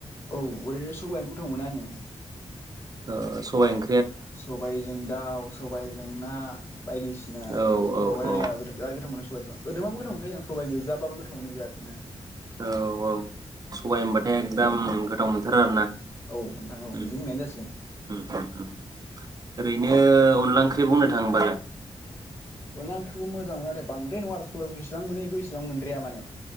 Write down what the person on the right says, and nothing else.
ओ सबाय ओं
औ औ
औ
औ औ सबाय होनबाथाय एकदम गोथाव मोनथारो आरो ना
उम
उम उम उम ओरैनो अनला ओंख्रि बुंनो थाङोबालाय